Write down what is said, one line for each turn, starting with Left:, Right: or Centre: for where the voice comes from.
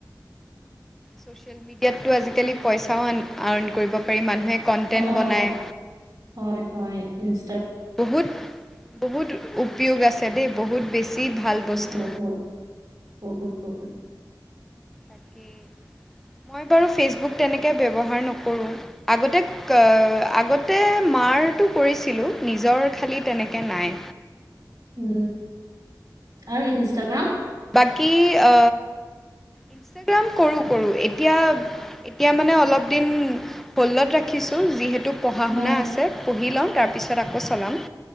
Centre: ছ'চিয়েল মিডিয়াতটো আজিকালি পইচাও আ আৰ্ণ কৰিব পাৰি, মানুহে কণ্টেণ্ট
Right: অ',
Centre: বনায়।
Right: হয় হয় ইঞ্চ
Centre: বহুত বহুত উপয়োগ আছে দেই বহুত বেছি। ভাল বস্তু।
Right: বহুত বহুত বহুত।
Centre: তাকেই। মই বাৰু ফেচবুক তেনেকে ব্যৱহাৰ নকৰোঁ, আগতে অ আগতে মাৰটো কৰিছিলোঁ, নিজৰ খালী তেনেকৈ নাই।
Right: <unintelligible> আৰু ইনষ্টাগ্ৰাম?
Centre: বাকী অ ইনষ্টাগ্ৰাম কৰোঁ কৰো এতিয়া এতিয়া মানে অলপ দিন হ'লদত ৰাখিছোঁ যিহেতু পঢ়া
Right: অ',
Centre: শুনা আছে পঢ়ি লওঁ তাৰপিছত আকৌ চলাম।